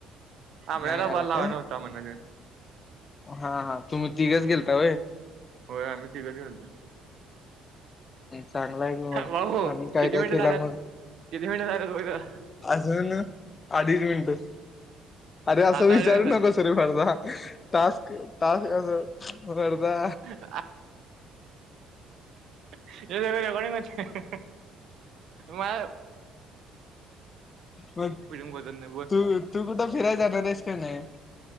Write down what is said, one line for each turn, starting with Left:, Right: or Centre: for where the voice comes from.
Right: आमऱ्याला
Left: नाही याला
Right: कॉल लावा
Left: काय
Right: नव्हता म्हणत ते.
Left: हा, हा तुम्ही तिघच गेलता होय?
Right: होय आम्ही तिघच गेलतो.
Left: चांगला आहे की मग
Right: भाऊ
Left: आणि काय
Right: किती
Left: काय
Right: मिनिटं
Left: केला
Right: झाल्यात
Left: मग
Right: किती मिनिटं झाल्यात बघ जरा.
Left: अजून अडीच मिनटं आरे आसं
Right: आता
Left: विचारू
Right: आठ मिनिटं
Left: नकोस रे मर्दा टास्क टास्क आस मर्दा
Right: झाल्यात हे सगळं रेकॉर्डिंग होतयं मग
Left: मग
Right: बोलत नाही बोल
Left: तू तू कुठं फिराय जाणार हायस काय नाही?